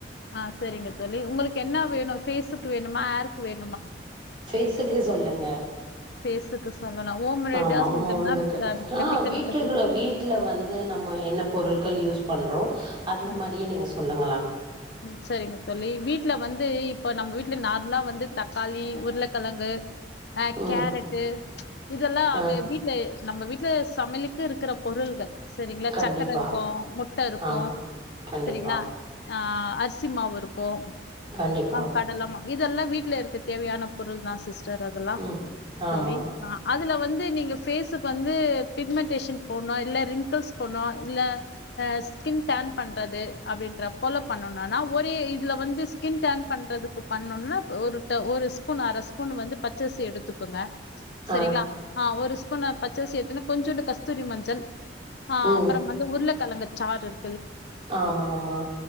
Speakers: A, on the left (about 65°); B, on the right (about 30°).
A: ஆ சரிங்க தோழி உங்களுக்கு என்ன வேணு பேஸக்கு வேணுமா ஹர்ருக் வேணு
B: பேசுக்கு சொல்லுங்க
A: ஃபேஸுக்கு சொல்லலா ஹோம் ரெமடியா
B: ஆமா ஆமா
A: சொல்லட்டுங்களா
B: வந்துக்கு
A: ம்
B: ஆ
A: கெமிக்கல்
B: வீட்டுக்குல
A: பத்தி சொல்
B: வீட்ல வந்து நம்ம என்ன பொருள்கள் யூஸ் பண்றோ அந்த
A: ம்
B: மாரியே நீங்க சொல்லுங்கள
A: ம் சரிங்க தோழி வீட்ல வந்து இப்ப நம்ம வீட்ல நார்மலா வந்து தக்காளி உருளைக்கிழங்கு அ
B: ம்
A: கேரட்டு இதெல்லா
B: ஆ
A: வ வீட்ல நம்ம வீட்ல சமையலுக்கு இருக்கிற பொருள்கள் சரிங்களா
B: கண்டிப்பா
A: சக்கர இருக்கு முட்ட இருக்கு
B: ஆமா கண்டிப்பா
A: சரிங்களா ஆ அரிசிமாவு இருக்கு
B: கண்டிப்பா
A: ஆ கடலமா இதெல்லா வீட்ல இருக்க தேவையான பொருள்தா சிஸ் டர் அதலெல்லா
B: ம் ஆமா
A: தோழி ஆ அ துல வந்து நீங்க ஃபேஸுக்கு வந்து பிக்மென்டேஷன் போனு இல்ல ரிங்கிள்ஸ் போனு இல்ல அ ஸ்கின் டேன் பண்றது அப்பிடின்ற போல பண்ணுன்னா ஒரே இதுல வந்து ஸ்கின் டேன் பண்றதுக்கு பண்ணனுன்னா ஒரு ட ஒரு ஸ்பூன் அர ஸ்பூன் வந்து பச்சர்ஸ் த்து எடுத்துக்குங்க சரிங்களா
B: ஆ
A: ஆ ஒரு ஸ் ஃப்பு பச்சர்சி எடுத்துன்னா கொஞ்சூண்டு கஸ்தூரி மஞ்சள் அ
B: ம்
A: அப்புறம் வந்து உருளக் கழங்கச் சாருர்
B: ஆமா ஆமா